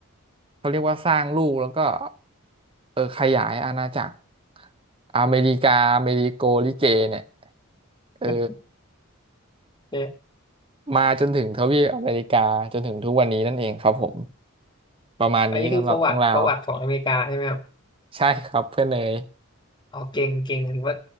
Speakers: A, on the right; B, on the left.
A: เขาเรียกว่าสร้างลูกแล้วก็เออขยายอาณาจักรอเมริกาอเมริโกลิเกเนี่ยเออ
B: โอเค
A: มาจนถึงทวีปอเมริกาจนถึงทุกวันนี้นั่นเองครับผมประมาณนี้สำหรับเรื่องราว
B: อันนี้คือประวัติประวัติของอเมริกาใช่ไหมครับ
A: ใช่ครับเพื่อนเนย
B: เอาเก่งเก่งถือว่า